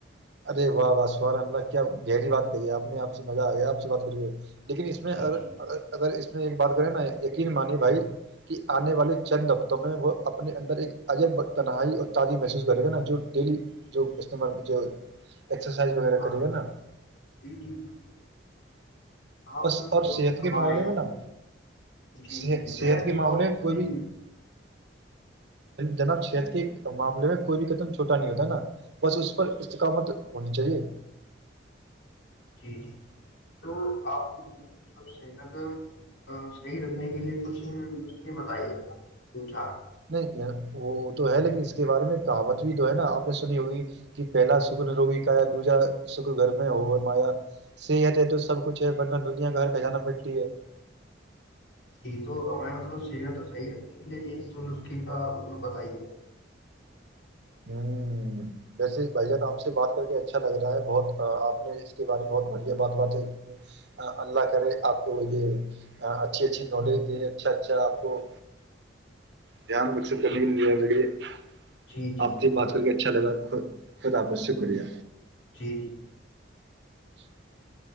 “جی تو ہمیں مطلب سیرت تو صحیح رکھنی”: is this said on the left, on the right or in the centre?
Left